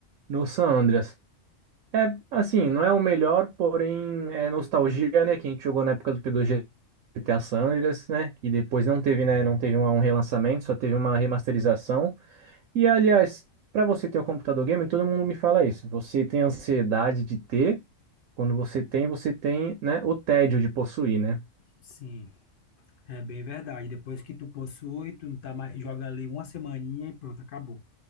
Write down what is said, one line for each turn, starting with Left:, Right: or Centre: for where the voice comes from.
Right: no San Andreas. É assim, não é o melhor, porém é nostalgia, né? Que a gente jogou na época do P2 GTA San Andreas, né? Que depois não teve, né? Não teve uma- um relançamento, só teve uma remasterização. E aliás, para você ter um computador game, todo mundo me fala isso. Você tem ansiedade de ter. Quando você tem, você tem, né, o tédio de possuir, né?
Left: sim. É bem verdade. Depois que tu possui, tu não tá mais, joga ali uma semaninha e pronto, acabou,